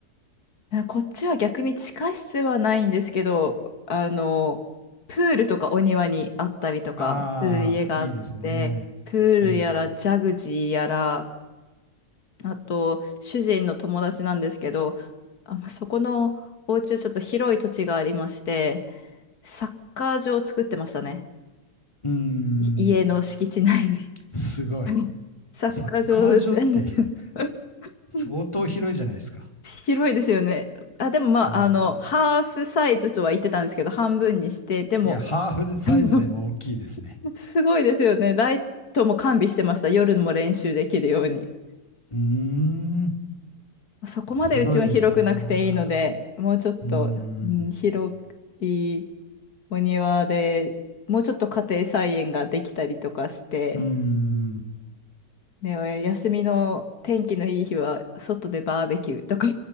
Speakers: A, on the left (about 60°); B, on the left (about 15°).
A: いやこっちは逆に地下室はないんですけど、あの、プールとかお庭にあったりとかする家があって、
B: ああ、いいですね。
A: プールやらジャグジーやら、
B: うん。
A: あと主人の友達なんですけど、あ、まあ、そこのお家はちょっと広い土地がありまして、サッカー場を作ってましたね。
B: うん。
A: い家の敷地内に。
B: すごい。
A: <laughs> うんサッカー場で
B: サッカー場って
A: <laughs>
B: <laughs> 相当広いじゃないですか。
A: 広いですよね。あ、でもまあ、
B: ああ。
A: あの、ハーフサイズとは言ってたんですけど、半分にして、でも、
B: いや、ハーフサイズでも大きいですね。
A: <laughs> うんすごいですよね。ライトも完備してました。夜も練習できるように。
B: うーん。
A: そこまでうちは広くなくていいので、
B: すごいな
A: もうちょっと、
B: ー。うーん。
A: うん、広いお庭で、もうちょっと家庭菜園ができたりとかして、
B: うーん。
A: ね、休みの天気のいい日は、外でバーベキューとか